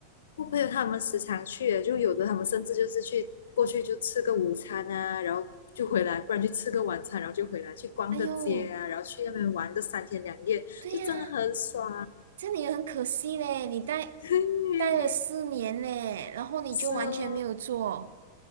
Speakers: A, on the left (about 60°); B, on the right (about 60°).
A: 我朋友他们时常去的，就有的他们甚至就是去过去就吃个午餐啊，然后就回来，不然去吃个晚餐，然后就回来去逛个街啊，
B: 哎呦，
A: 然后去那边玩个三天两夜，
B: 对呀，
A: 就真的很爽。
B: 这样你很可惜嘞，你待
A: <laughs> 对，
B: 待了四年嘞，然后你就完全没有做，
A: 是哦，